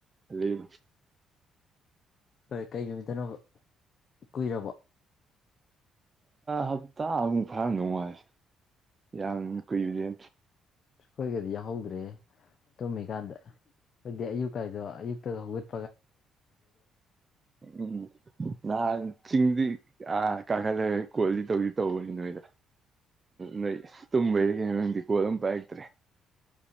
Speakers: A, on the right; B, on the left.
A: ꯂꯩ
B: ꯀꯩ ꯀꯩ ꯅꯨꯃꯤꯠꯇꯅꯣꯕ ꯀꯨꯏꯔꯕ‌ꯣ
A: ꯍꯞꯇꯥ ꯑꯃꯨꯛ ꯐꯔꯝꯗꯧ ꯃꯥꯜꯂ‌ꯦ ꯌꯥꯝ ꯀꯨꯏꯔ‌ꯦ
B: ꯑꯈꯣꯏꯒꯗꯤ ꯌꯥꯎꯍꯧꯗ꯭ꯔꯦ ꯇꯨꯝꯃ ꯀꯥꯟꯗ ꯈ‌ꯣꯏꯗꯤ ꯑꯌꯨꯛ ꯀꯥꯏꯗꯣ ꯑꯌꯨꯛꯇ ꯍꯧꯒꯠ
A: ꯎꯝ ꯅꯍꯟ ꯆꯤꯡꯗꯤ ꯑꯥ ꯀꯥꯈꯠꯂꯦ ꯀꯣꯜꯗꯤ ꯇꯧꯗꯤ ꯇꯧꯕꯅꯤ ꯅꯣꯏꯗ ꯅꯣꯏ ꯇꯨꯝꯕꯩꯔ ꯀꯩꯪꯅ‌ꯣ ꯈꯪꯗ‌ꯦ ꯀꯣꯜ ꯑꯃꯝ ꯄꯥꯏꯔꯛꯇ꯭ꯔꯦ